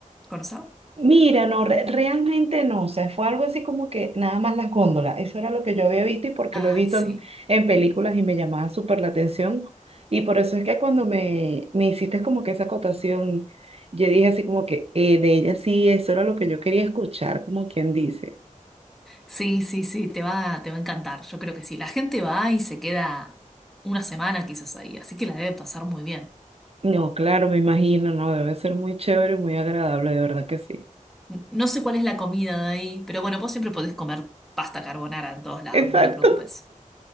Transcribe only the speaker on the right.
Mira, no, re- realmente no, o sea, fue algo así como que nada más las góndolas, eso era lo que yo había visto y porque
lo he visto
en, en películas y me llamaba súper la atención y por eso es que cuando me, me hiciste como que esa acotación, yo dije así como que eh, de ella sí, eso era lo que yo quería escuchar, como quien dice.
No, claro, me imagino, no, debe ser muy chévere y muy agradable, de verdad que sí.
Exacto,